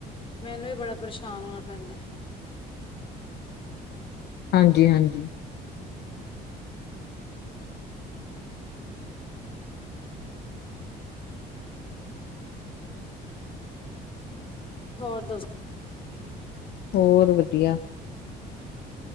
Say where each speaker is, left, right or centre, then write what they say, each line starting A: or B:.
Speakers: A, on the left; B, on the left.
A: ਮੈਨੂੰ ਵੀ ਬੜਾ ਪਰੇਸ਼ਾਨ ਹੋਣਾ ਪੈਂਦਾ।
B: ਹਾਂਜੀ-ਹਾਂਜੀ
A: ਹੋਰ। ਦੱਸੋ
B: ਹੋਰ ਵਧੀਆ।